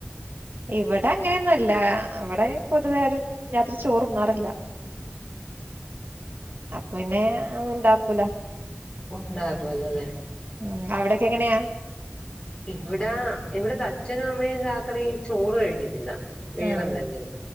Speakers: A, on the right (about 50°); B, on the left (about 20°).
A: ഇവിടെ അങ്ങനെയൊന്നുല്ല ഇവിടെ പൊതുവെയാരും രാത്രി ചോറുണ്ണാറില്ല അപ്പ്ന്നെ ആഹ് ഒണ്ടാക്കൂല
B: ഒണ്ടാക്കൂലല്ലേ
A: ഉം അവിടെക്കെങ്ങനെയാ
B: ഇവിടാ ഇവിട്ത്തെ അച്ഛനു അമ്മയും രാത്രി ചോറ് കഴികത്തില്ല വേറെന്തെങ്കിലും
A: ആഹ്